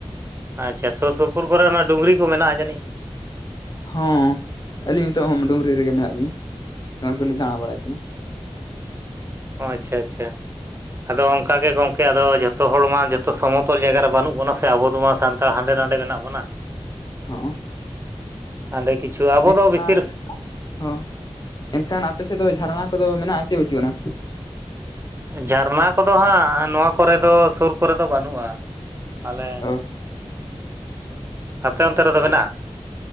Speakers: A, on the right; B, on the left.
A: ᱟᱪᱪᱷᱟ ᱥᱩᱨ ᱥᱩᱯᱩᱨ ᱠᱚᱨᱮ ᱚᱱᱟ ᱰᱩᱝᱨᱤ ᱠᱚ ᱢᱮᱱᱟᱜᱼᱟ ᱡᱟᱹᱱᱤᱡ?
B: ᱦᱚᱸ ᱟᱹᱞᱤᱧ ᱱᱤᱛᱚᱜ ᱦᱚᱸ ᱰᱩᱝᱨᱤ ᱨᱮᱜᱮ ᱢᱮᱱᱟᱜ ᱞᱤᱧᱟᱹ ᱚᱱᱟ ᱠᱚᱞᱤᱧ ᱫᱟᱬᱟ ᱵᱟᱲᱟᱭ ᱠᱟᱱᱟ᱾
A: ᱚ ᱟᱪᱪᱷᱟ ᱟᱪᱪᱷᱟ᱾ ᱟᱫᱚ ᱚᱱᱠᱟᱜ ᱜᱮ ᱜᱚᱢᱠᱮ ᱟᱫᱚ ᱡᱚᱛᱚ ᱦᱚᱲ ᱢᱟ ᱡᱚᱛᱚ ᱥᱚᱢᱚᱛᱚᱞ ᱡᱟᱭᱜᱟ ᱨᱮ ᱵᱟᱹᱱᱩᱜ ᱵᱚᱱᱟ᱾ ᱥᱮ ᱟᱵᱚ ᱫᱚ ᱢᱟ ᱥᱟᱱᱛᱟᱲ ᱦᱟᱸᱰᱮ ᱱᱟᱰᱮ ᱢᱮᱱᱟᱜ ᱵᱚᱱᱟ᱾
B: ᱦᱚᱸ ᱚᱸ
A: ᱦᱟᱸᱰᱮ ᱠᱤᱪᱷᱩ ᱟᱵᱚ
B: ᱢᱮᱱᱠᱷᱟᱱ
A: ᱫᱚ ᱵᱮᱥᱤᱨ
B: ᱦᱚᱸ ᱮᱱᱠᱷᱟᱱ ᱟᱯᱮ ᱥᱮᱫ ᱫᱚ ᱡᱷᱟᱨᱱᱟ ᱠᱚᱫᱚ ᱢᱮᱱᱟᱜᱼᱟ ᱪᱮᱫ ᱵᱟᱹᱪᱩᱜ ᱟᱱᱟ?
A: ᱡᱷᱟᱨᱱᱟ ᱠᱚᱫᱚ ᱦᱟᱸᱜ ᱱᱚᱣᱟ ᱠᱚᱨᱮ ᱫᱚ ᱥᱳᱨ ᱠᱚᱨᱮ ᱫᱚ ᱵᱟᱹᱱᱩᱜᱼᱟ᱾ ᱟᱞᱮ
B: ᱚ
A: ᱟᱯᱮ ᱚᱱᱛᱮ ᱨᱮᱫᱚ ᱢᱮᱱᱟᱜ-ᱟ?